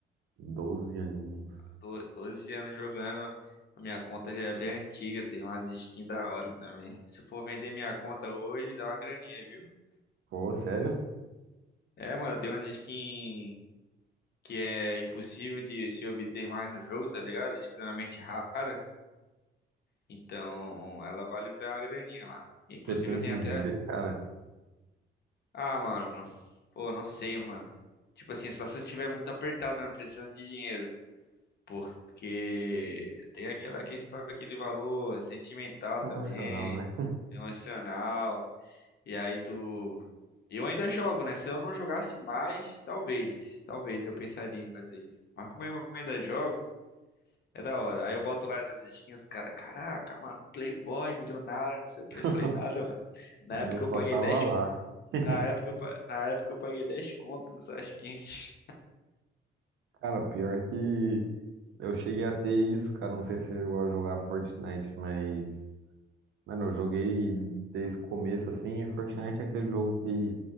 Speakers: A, on the right; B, on the left.
A: 12 aninhos.
B: Tô 12 anos jogando. A minha conta já é bem antiga, tem umas skins da hora também. Se eu for vender minha conta hoje, dá uma graninha, viu?
A: Pô, sério?
B: É, mano, tem umas skins que é impossível de se obter mais no jogo, tá ligado? Extremamente rara. Então, ela vale um- uma graninha lá. Inclusive,
A: Você pensa
B: eu tenho
A: em
B: até.
A: vender, cara?
B: Ah, mano. Pô, não sei, mano. Tipo assim, só se eu estiver muito apertado, né? Precisando de dinheiro. Porque tem aquela questão daquele valor sentimental
A: Que
B: também,
A: Emocional, né?
B: emocional. E aí tu. Eu ainda jogo, né? Se eu não jogasse mais, talvez. Talvez eu pensaria em fazer isso. Mas como eu ainda jogo. É da hora. Aí eu boto lá essas skins, os cara, caraca, mano, Playboy, milionário, não sei o que.
A: <laughs>
B: <laughs> Eu falei, nada, mano. Na
A: Mas
B: época
A: Eu só
B: eu paguei
A: tava
B: 10.
A: lá. <laughs>
B: Na época eu, pa- na época eu paguei 10 conto nessa skin aqui.
A: Cara, pior que eu cheguei a ter isso, cara. Não sei se você chegou a jogar Fortnite, mas Mano, eu joguei desde o começo assim, e Fortnite é aquele jogo que,